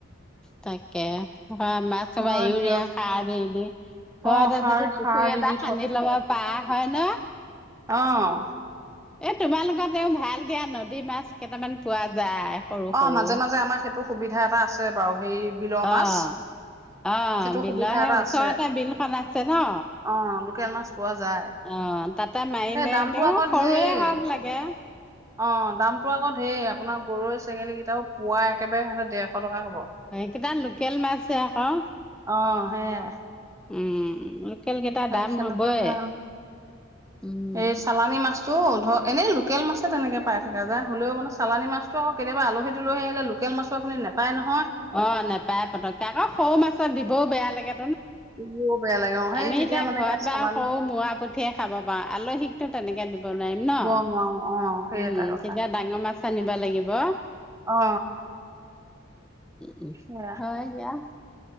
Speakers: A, in the centre; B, on the right.
A: তাকে। মাছ চবা
B: হয়
A: ইউৰিয়া
B: দিয়ক
A: সাৰ দি দি ঘৰতে
B: অ সাৰ
A: যদি পুখুৰী
B: সাৰ দি
A: এটা
B: দি
A: খানি ল'ব পাৰ আহ হয় ন।
B: অহ।
A: এ তোমালোকত তেওঁ ভাল দিয়া নদী মাছ কেইটামান পোৱা যায়। সৰু সৰু।
B: অ মাজে মাজে আমাৰ সেইটো সুবিধা এটা আছে বাৰু সেই বিলৰ
A: অ',
B: মাছ।
A: অ
B: সেইটো
A: বিলাহে
B: সুবিধা এটা
A: ওচৰতে
B: আছে
A: বিলখন আছে ন।
B: অ লোকেল মাছ পোৱা যায়
A: অ', তাতে মাৰিলে
B: সেই দামটো
A: তেওঁ
B: আকৌ
A: সৰুৱে
B: ধেৰ।
A: হওক লাগে
B: অ দামতো আকৌ ধেৰ আপোনাৰ গৰৈ চেঙেলী কেইটাও পুৱা একেবাৰে দেৰশ টকা ক'ব
A: এই কেইটা লোকেল মাছহে আক।
B: অহ সেয়াই।
A: উম। লোকেল কেইটা
B: স
A: দাম
B: তেনেকুৱা
A: হ'বই
B: ভাল
A: উম।
B: এই চালানী মাছতটো ধৰ এনেই লু লোকেল মাছে তেনেকে পায় থাকে জা হ'লেও চালানী মাছটো আকৌ কেতিয়াবা আলহি দুলহি আহিলে লোকেল মাছ আপুনি নেপায় নহয়
A: অ নেপায় পতককে আকৌ সৰু মাছৰ দিবও বেয়া লাগে।
B: ব বেয়া লাগে অ সেই
A: আমি
B: তেতিয়া
A: এতিয়া
B: মানে
A: ঘৰত বা
B: চালানী
A: সৰু মূৰা পুঠিয়ে খাব পাওঁ আলহীকতো তেনেকে দিব নোৱাৰিম ন।
B: নুৱাও অ সেই
A: উম
B: এটা কথা।
A: তেতিয়া ডাঙৰ মাছ আনিব লাগিব।
B: অ।
A: উম
B: সেয়া
A: হয় দিয়া।